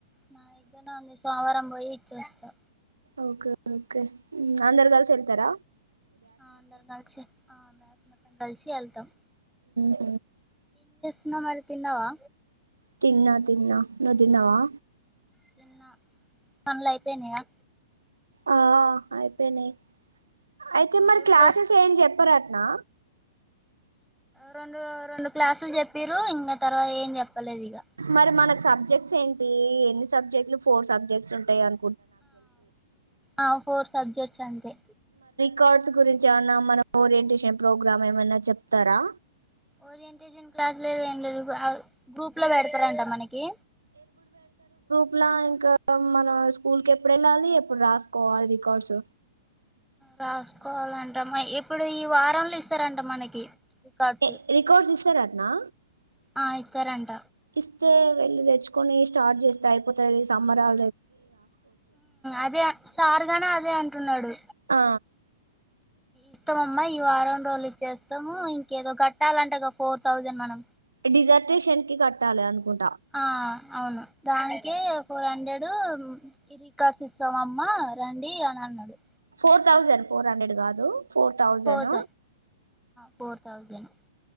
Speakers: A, in the centre; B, on the right.
A: నా దగ్గరనే ఉంది సోమవారం పోయి ఇచోస్తా
B: ఓకే ఓకే అందరు కలిసి ఎల్తార
A: ఆ అందరం కలిసి ఆ బ్యాచ్ మొత్తం కలిసి వెళ్తాం
B: ఊ
A: ఇంగా మరి తిన్నావా
B: తిన్నా తిన్నా నువ్వు తిన్నావా
A: తిన్నా పన్లు అయిపోయినయా
B: ఆ అయిపోయినయి అయితే మరి
A: రేపు
B: క్లాసెస్ ఏం చెప్పరు అట్నా
A: రెండు రెండు క్లాసులు చెప్పీరు ఇంగ తర్వాత ఏం చెప్పలేదు ఇగా
B: మరి మనకు సబ్జెక్ట్స్ ఏంటీ ఎన్ని సబ్జెక్ట్లు ఫోర్ సబ్జెక్ట్స్ ఉంటాయి అన
A: ఆఆ ఫోర్ సబ్జెక్ట్స్ అంతే
B: కార్డ్స్ గురించి ఏమన్నా మన ఓరియంటేషన్ ప్రోగ్రామ్ ఏమన్నా చెప్తారా
A: ఓరియంటేషన్ క్లాస్ లేదు ఏం లేదు అద్ గ్రూప్ లో పెడతారంట మనకి
B: ఇలా ఇంకా మన స్కూల్ కి ఎప్పుడు వెళ్ళాలి ఎప్పుడు రాసుకోవాలి రికార్డ్స్
A: రాసుకోవాలంట ఎప్పుడు ఈ వారంలో ఇస్తారంట మనకి రికార్డ్స్
B: ఏ రికార్డ్స్ ఇస్తారత్నా
A: ఆ ఇస్తారంట
B: స్తే వెళ్ళి తెచ్చుకొని స్టార్ట్ చేస్తే అయిపోతుది ఈ సమ్మర్ ఆే
A: అదే సార్గానే అదే అంటున్నాడు
B: ఆ
A: ఇస్తామమ్మా ఈ వారం రోజులు ఇచ్చేస్తాము ఇంకేదో కట్టాలంటే ఒక ఫోర్ థౌసండ్ మనం
B: డిజర్టేషన్ కి సేమ్ కి కట్టాలి అనుకుంట
A: ఆ అవును దానికి ఫోర్ హండ్రెడ్ రికార్స్ ఇస్తాం అమ్మ రండి అని అన్నాడు
B: ఫోర్ థౌజండ్ ఫోర్ హండ్రెడ్ కాదు ఫోర్ థౌజండ్
A: పోత ఫోర్ థౌజండ్